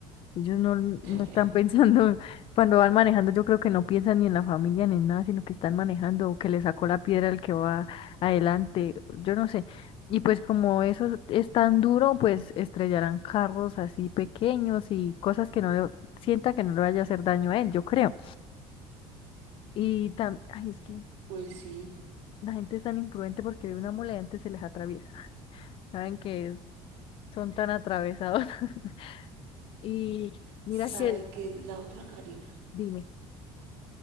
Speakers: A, on the left (about 45°); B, on the right (about 85°).
A: Ellos no, no
B: <laughs>
A: están pensando, <laughs> cuando van manejando, yo creo que no piensan ni en la familia ni en nada, sino que están manejando o que le sacó la piedra el que va adelante, yo no sé. Y pues como eso es tan duro, pues estrellarán carros así pequeños y cosas que no le, sienta que no le vaya a hacer daño a él, yo creo. Y también, ay, es que
B: Pues sí,
A: la gente es tan imprudente porque de una mole antes se les atraviesa. Saben que son tan atravesados. <laughs> Y mira
B: Sabe
A: que,
B: que la otra Karina,
A: dime.